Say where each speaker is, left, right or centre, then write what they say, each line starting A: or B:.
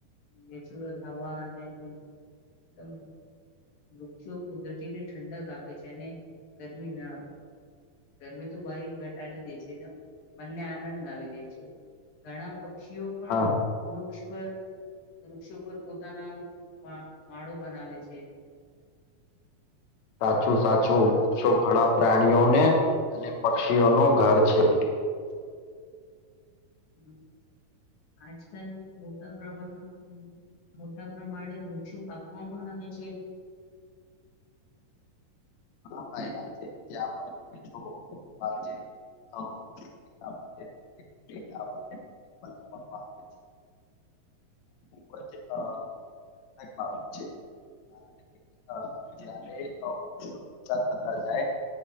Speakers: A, on the left (about 90°); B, on the left (about 65°).
A: નેચુરલ હવા અને એમ એકદમ. વૃક્ષો કુદરતીને ઠંડક આપે છે અને ગરમીમાં. ગરમી તું ભાઈ ઘટાડી દે છે એકદમ મનને આનંદ આવી. જાય છે ઘણા પક્ષીઓ પણ.
B: હા
A: વૃક્ષ પર વૃક્ષો પર પોતાના માં માળો બનાવે છે.
B: સાચું સાચું વૃક્ષો ઘણા પ્રાણીઓને અને પક્ષીઓ નું ઘર છે. <inaudible>
A: હમ આજકાલ મોટા પ્રમાણ હમ. મોટા પ્રમાણે વૃક્ષો કાપવામાં આવે છે.
B: હા ભાઈ યા છે. ત્યાં પણ તમે જુઓ. આજે. અ, કાપીને મોટી મોટી ટાવરને બિલ્ડિંગ બનાવવામાં આવે છે આ ખૂબ જ અ, બાબત છે. હા જય્યારે થતા જાય.